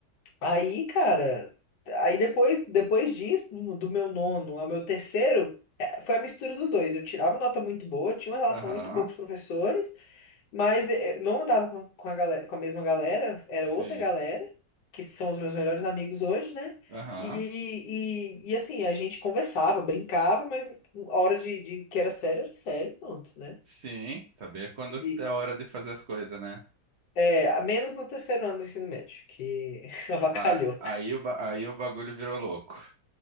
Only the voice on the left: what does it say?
Aí, cara, aí depois, depois disso, no- do meu nono ao meu terceiro, é, foi a mistura dos dois. Eu tirava nota muito boa, tinha uma relação
muito boa com os professores, Mas eh, não andava com com a, galera, com a mesma galera, era
outra galera, que são os meus melhores amigos hoje, né?
E, e, e, assim, a gente conversava, brincava, mas a hora de, de que era sério, era sério, pronto, né?
E,
é, a menos no terceiro ano do ensino médio, que <laughs> avacalhou.